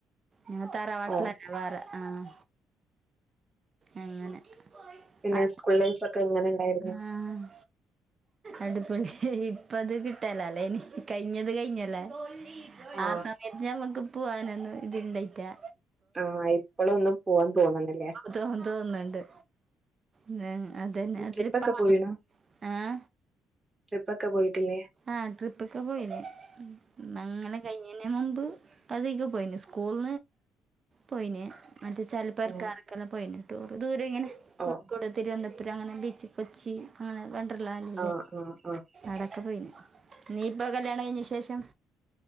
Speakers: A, on the right; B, on the right.
A: ഞാൻ തറവാട്ടിലല്ല
B: ഓ
A: വേറെ ആഹ് അങ്ങനെ ക്ക്
B: പിന്നെ സ്കൂൾ ലൈഫ് ഒക്കെ എങ്ങനെ ഉണ്ടായിരുന്നു
A: ആഹ് അടിപൊളി ഇപ്പ അത് കിട്ടലല്ലേ ഇനി കഴിഞ്ഞത് കഴിഞ്ഞല്ലേ.
B: ആ
A: ആഹ് സമയത്ത് നമ്മക്ക് പോവാനൊന്നും ഇത്ണ്ടായിറ്റാ..
B: ആഹ് ഇപ്പോള ഒന്നും പോവാൻ തോന്നണല്ലേ.
A: തോ തോന്നുണ്ട്. ഉം അതന്നെ അത
B: ട്രിപ്പൊക്കെ
A: ഒരു പാവം
B: പോയിണോ
A: ആഹ.
B: ട്രിപ്പൊക്കെ പോയിട്ടില്ലേ
A: ആഹ് ട്രിപ്പൊക്കെ പോയിനി മംഗലം കഴിഞ്ഞതിന് മുമ്പ്. അതിക പോയിനി സ്കൂൾ പോയിന.. മറ്റേ ചിലപ്പോൾക്കാർക്കെല്ലാം
B: ആഹ്
A: പോയി ടൂർ ദൂരെ ഇങ്ങനെകൊടുക്കോട്..
B: ഓഹ്
A: തിരുവനന്തപുരം അങ്ങനെ ബീച്ച് കൊച്ചി അങ്ങനെ വണ്ടർല്ല ആല്ലല്ല..
B: ആഹ് ആഹ് ആഹ്
A: അവിക്ക പോയിന് നീപ്പോ കല്യാണം കഴിഞ്ഞ എന്ത് വിശേഷം..